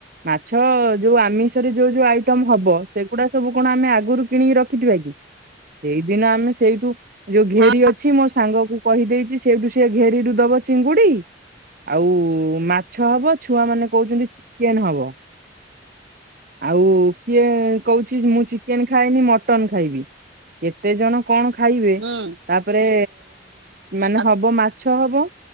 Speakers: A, on the right; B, on the right.
A: ମାଛ ଯୋଉ ଆମିଷରେ ଯୋଉ ଯୋଉ ଆଇଟମ ହବ, ସେଗୁଡା ସବୁ କଣ ଆମେ ଆଗରୁ କିଣିକି ରଖିଥିବା କି? ସେଇଦିନ ଆମେ ସେଇଠୁ ଯୋଉ ଘେରି
B: ହଁ
A: ଅଛି ମୋ ସାଙ୍ଗକୁ କହିଦେଇଛି, ସେଇଠୁ ସେ ଘେରିରୁୁ ଦବ ଚିଙ୍ଗୁଡି! ଆଉ ମାଛ ହବ, ଛୁଆ ମାନେ କହୁଛନ୍ତି ଚିକେନ ହବ। ଆଉ କିଏ କହୁଛି, ମୁଁ ଚିକେନ ଖାଏନି ମଟନ ଖାଇବି। କେତେ ଜଣ କଣ ଖାଇବେ,
B: ହୁଁ
A: ତାପରେ ମାନେ
B: ଆଉ
A: ହବ ମାଛ ହବ।